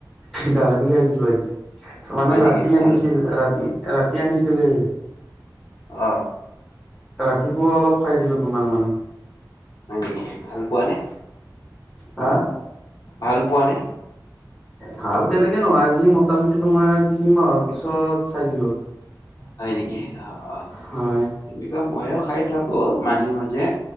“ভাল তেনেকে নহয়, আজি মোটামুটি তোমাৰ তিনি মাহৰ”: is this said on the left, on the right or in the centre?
Centre